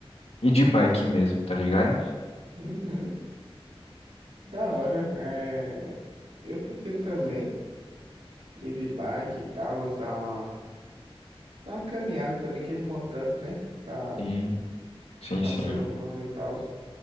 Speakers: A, on the left; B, on the right.
A: ir de bike mesmo, tá ligado?
B: Uhum, da hora. É, eu prefiro também ir de bike e tal, dar uma, dar uma caminhada também, que é importante, né? Pra
A: Sim, sim,
B: ao
A: sim.
B: ser humano e tal.